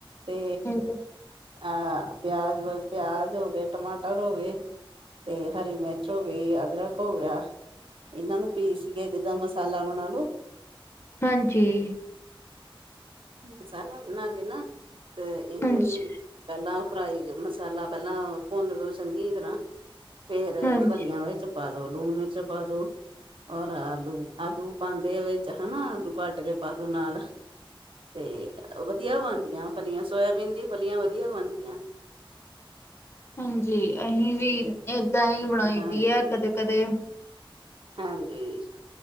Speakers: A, on the right; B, on the left.
A: ਤੇ
B: ਹਾਂਜੀ
A: ਅਹ ਪਿਆਜ-ਪਿਆਜ ਹੋਗੇ ਟਮਾਟਰ, ਟਮਾਟਰ ਹੋ ਗਏ ਤੇ ਹਰੀ ਮਿਰਚ ਹੋ ਗਈ ਅਦਰਕ ਹੋ ਗਿਆ। ਇਹਨਾਂ ਨੂੰ ਪੀਸ ਕੇ ਜਿੱਦਾਂ ਮਸਾਲਾ ਬਣਾ ਲੋ‌।
B: ਹਾਂਜੀ
A: ਮਸਾਲਾ ਬਣਾ ਕੇ ਨਾ ਤੇ ਇਹਨੂੰ
B: ਹਾਂਜੀ
A: ਪਹਿਲਾਂ ਫਰਾਈ ਮਸਾਲਾ ਪਹਿਲਾਂ ਭੁੰਨ ਲਓ ਚੰਗੀ ਤਰ੍ਹਾਂ। ਫਿਰ
B: ਹਾਂਜੀ
A: ਫਲੀਆਂ ਉਹਦੇ ਚ ਪਾ ਦੋ ਲੂਣ ਮਿਰਚ ਪਾ ਦੋ। ਔਰ ਆਲੂ-ਆਲੂ ਪਾਂਦੇ ਆ ਵਿੱਚ ਹਨਾ, ਆਲੂ ਕੱਟ ਕੇ ਪਾਦੋ ਨਾਲ। ਤੇ ਵਧੀਆ ਬਣਦੀਆਂ ਫਲੀਆਂ ਸੋਇਬੀਨ ਦੀ ਫਲੀਆਂ ਵਧੀਆ ਬਣਦੀਆਂ।
B: ਹਾਂਜੀ, ਅਸੀਂ ਵੀ ਏਦਾਂ ਹੀ ਬਣਾਈ
A: ਹਾਂਜੀ,
B: ਦੀ ਐ ਕਦੇ-ਕਦੇ।
A: ਹਾਂਜੀ।